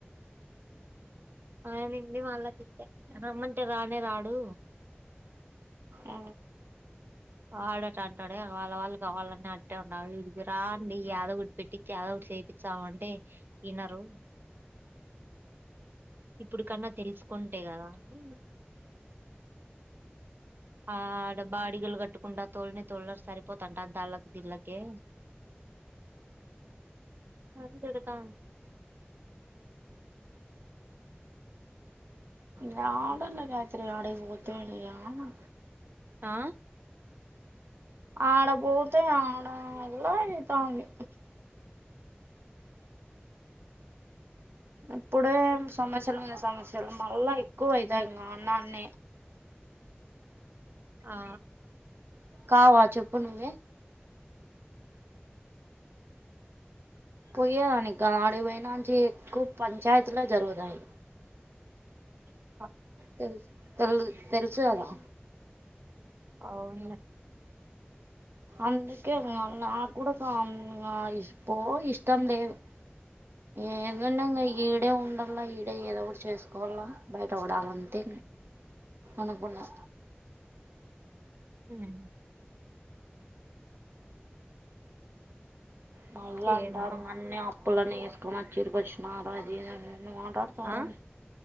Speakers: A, on the right; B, on the right.
A: ఆయనండి వాళ్ళా తిటే రమ్మంటే రానే రాడు
B: ఆ
A: వాడట అంటాడే వాళ్ళ వాళ్ళు కావాలని అట్టే ఉండ ఇడి రాండి యాదోగుడు పెట్టించి యదోగుడు చేపిస్తాము అంటే వినరు ఇప్పుడు కన్నా తెలుసుకుంటే కదా అని ఆ ఆడ బాడిగలు కట్టుకుండా తోలిని తోళ్రు సరిపోతుంట దళ్ళకి దిళ్ళకి కే అరడతా
B: యడలే గాయత్రి ఆటీకి పోతే యాడ్ఆ
A: ఆ
B: ఆడపోతే ఆడల్ల అయి తంది ఇప్పుడే సమస్యలు మీద సమస్యలు మళ్ళా ఎక్కువ అవుతాయి ఇంకా అన్నాన్న
A: ఆ
B: కావా చెప్పు నువే పోయే దానికి కాదు ఆటీకి పోయి ఎక్కువ పంచాయతీలో జరుగుతాయి
A: ఆ
B: తెల్ తెలు తెలుసు కదా
A: అవును
B: అందుకే నాకు కూడా ఇ పో ఇష్టం లేదు ఏందున్నా ఇం ఈడే ఉండలా ఈడే ఏదో ఒక చేసుకోవాల బయటపడాలంతే అనుకున్నా
A: ఉం
B: మరల
A: ఏం
B: అంటారు
A: లేదు.
B: నన్నే ఇప్పులా నేసుకో చరుకిచ్చున రాజ <unintelligible> మాటతారని
A: ఆ